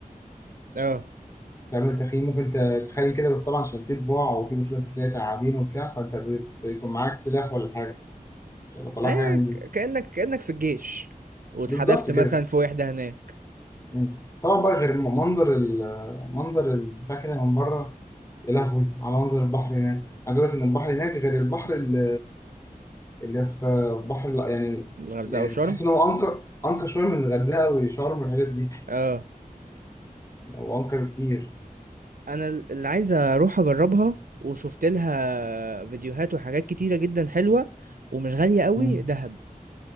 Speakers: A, on the right (about 70°); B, on the left (about 20°).
A: اه
B: تعمل تخييم ممكن ت- تخيم كده بس طبعا عشان في طباع وفي مثلا بتلاقي تعابين وبتاع فانت بيكون معاك سلاح ولا حاجه عشان لو طلع
A: هي
B: حاجه من دي
A: ك- كأنك كأنك في الجيش واتحدفت
B: بالظبط كده
A: مثلا في وحدة هناك
B: مم. طبعا بقى غير منظر ال منظر البتاع كده من بره يا لهوي على منظر البحر هناك عايز اقول لك ان البحر هناك غير البحر اللي, اللي في بحر لا يعني
A: الغردقة
B: يعني
A: وشرم
B: تحس ان هو انقى انقى شويه من الغردقه وشرم والحاجات دي
A: اه
B: يعني هو انقى بكتير
A: انا ال- اللي عايز اروح اجربها وشفت لها فيديوهات وحاجات كتيرة جدا حلوة ومش غالية قوي
B: مم.
A: دهب